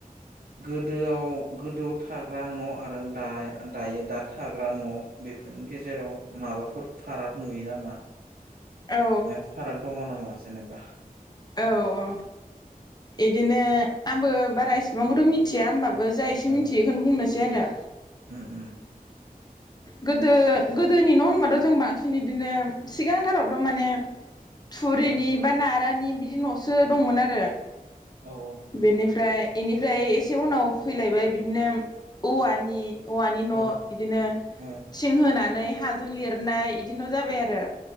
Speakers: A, on the right; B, on the left.
A: गोदोआव गोदोआव थाग्रा न' आरो दा दायो दा थाग्रा न' बेफोरनि गेजेराव माबाफोर फाराग नुयो नामा?
B: औ
A: ओ फाराग दङ नामा जेनेबा?
B: औ औ इदिनो आंबो बारा इसेबांखौथ' मिथिया होमबाबो जा एसे
A: ओं
B: मिथियो इखोनो बुंनो सै आरो।
A: उम उम।
B: गोदो गोदोनि न' होनबाथ' जों बांसिन इदिनो सिगांथारावथ' माने थुरिनि
A: औ
B: बा नारानि बिदि न'सो दंमोन आरो।
A: औ
B: बेनिफ्राय इनिफ्राय एसे उनाव फैलायबाय बिदिनो औवानि औवानि न'
A: औ
B: दिनो
A: औ
B: थिं होनानै हाजों लिरनाय इदि न' जाबाय आरो।